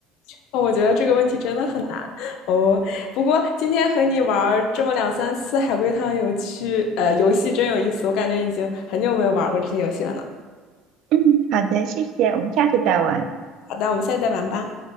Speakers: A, on the left; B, on the right.
A: <laughs> 哦，我觉得这个问题真的很难哦。不过今天和你玩儿这么两三次海龟汤有趣，呃，游戏真有意思，我感觉已经很久没有玩过这些游戏了呢。
B: 嗯，好的，谢谢，我们下次再玩。
A: 好的，我们下次再玩吧。